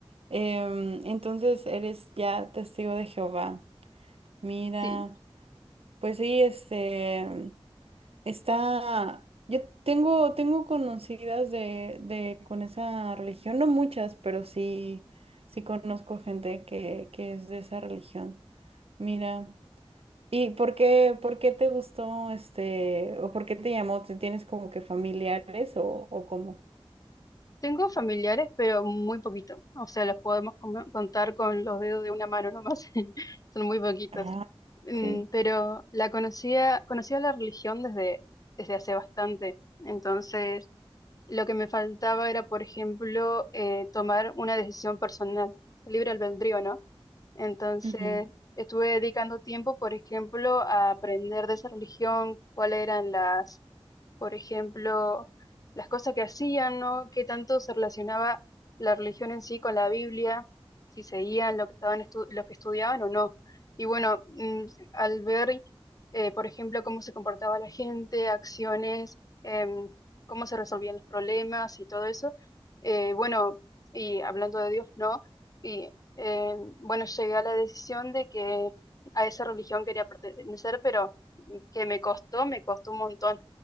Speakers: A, on the right (about 75°); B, on the left (about 35°).
A: Em, entonces eres ya testigo de Jehová. Mira,
B: Sí.
A: pues sí, este. Está, yo tengo, tengo conocidas de, de con esa religión, no muchas, pero sí, sí conozco gente que, que es de esa religión. Mira, ¿y por qué, por qué te gustó este, o por qué te llamó? ¿Te- ¿Tienes como que familiares o, o cómo?
B: Tengo familiares, pero muy poquito. O sea, los podemos com- contar con los dedos de una mano nomás. <laughs> Son muy poquitos.
A: Ah,
B: Mm,
A: ok.
B: Pero la conocía, conocía la religión desde, desde hace bastante. Entonces, lo que me faltaba era, por ejemplo, eh, tomar una decisión personal, libre albedrío, ¿no? Entonces,
A: Ujú.
B: estuve dedicando tiempo, por ejemplo, a aprender de esa religión, cuáles eran las por ejemplo, las cosas que hacían, ¿no? Qué tanto se relacionaba la religión en sí con la Biblia, si seguían lo que estaban estu- lo que estudiaban o no. Y bueno, mm, al ver, eh, por ejemplo, cómo se comportaba la gente, acciones, em, cómo se resolvían los problemas y todo eso, eh, bueno, y hablando de Dios, ¿no? Y em, bueno, llegué a la decisión de que a esa religión quería pertenecer, pero mm, que me costó, me costó un montón.